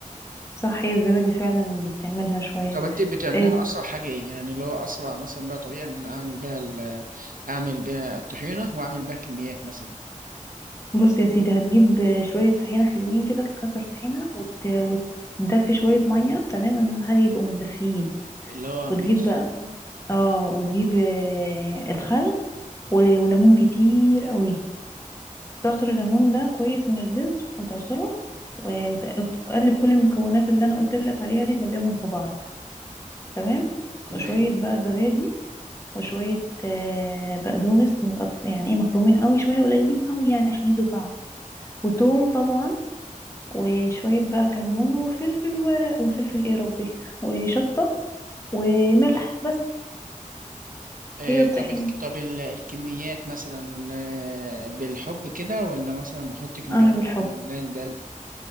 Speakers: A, on the left (about 20°); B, on the right (about 90°).
A: صح هي الزبادي فعلا بتعملها شوية
B: طب انت بتعملها
A: آه،
B: اسرع حاجه ايه يعني اللي هو اسرع مثلا بقى طريقه ان انا اعمل بيها ال- اعمل بيها الطحينه واعمل بيها كميات مثلا
A: بص يا سيدي هتجيب آه، شوية طحينة حلوين كده تكتر طحينة وت... وتدفي شوية مية تمام أهم حاجة يبقوا متدفيين
B: اللي هو
A: وتجيب
B: ماشي
A: بقى- اه وتجيب آه، الخل و... وليمون كتير قوي تعصر الليمون ده كويس من البذر وتعصره و- وت- وتقلب كل المكونات اللي انا قلت لك عليها دي تقلبهم في بعض تمام
B: تمام
A: وشويه بقى زبادي وشويه آه، بقدونس متقط- يعني ايه مفرومين قوي شويه قليلين قوي يعني عشان يدوا طعم وتوم طبعا وشويه بقى كمون وفلفل و... وفلفل ايه ربي وشطه وملح بس
B: آه
A: هي دي الطحينه
B: طب ال- طب ال- الكميات مثلا آه بالحب كده ولا مثلا بحط كميات
A: انا بالحب
B: مثلاً ده ده